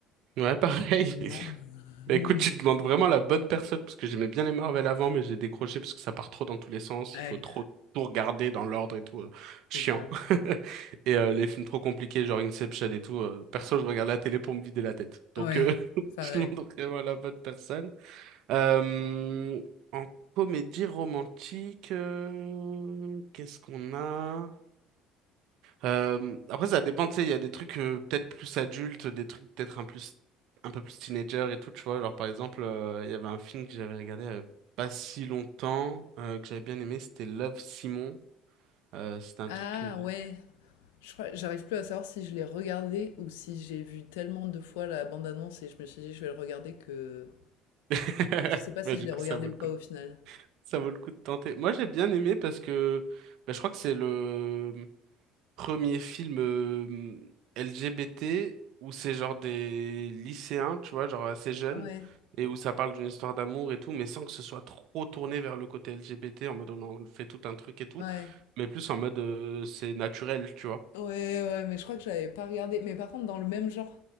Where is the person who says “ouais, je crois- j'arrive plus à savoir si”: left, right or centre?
Left